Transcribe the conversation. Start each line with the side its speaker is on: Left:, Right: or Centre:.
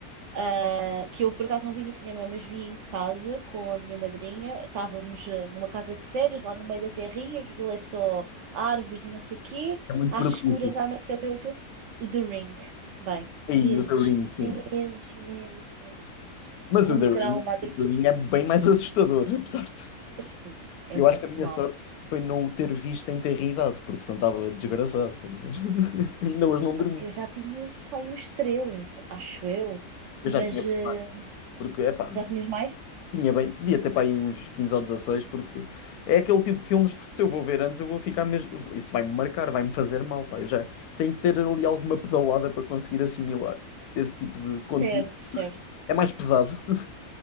Right: ah, que eu por acaso não vi no cinema, mas vi em casa com a minha madrinha. Estávamos ah, numa casa de férias, lá no meio da terrinha, que aquilo é só árvores e não sei o quê,
Left: É muito
Right: às
Left: propício.
Right: escuras à noite a ver o filme. O The Ring. Bem,
Left: E
Right: meses,
Left: o The Ring, sim.
Right: meses, meses, meses, meses,
Left: Mas
Right: com
Left: o The
Right: um trauma
Left: Ring,
Right: a dormir.
Left: o The Ring é bem mais assustador, apesar de
Right: Assim, é
Left: Eu
Right: muito
Left: acho que a minha
Right: mau.
Left: sorte foi não o ter visto em terridade, porque senão estava desgraçado, quer dizer. <laughs> Ainda hoje não dormi.
Right: Eu já tinha, pai, uns 13, acho eu,
Left: Eu
Right: mas
Left: já tinha,
Right: ah,
Left: porque, epá,
Right: já tinhas mais?
Left: tinha bem, devia ter para aí uns 15 ou 16, porque é aquele tipo de filmes, porque se eu vou ver antes, eu vou ficar mesmo, eu vou- isso vai-me marcar, vai-me fazer mal, pá. Eu já tenho que ter ali alguma pedalada para conseguir assimilar esse tipo de, de conteúdo.
Right: Certo, certo.
Left: É mais pesado. <laughs>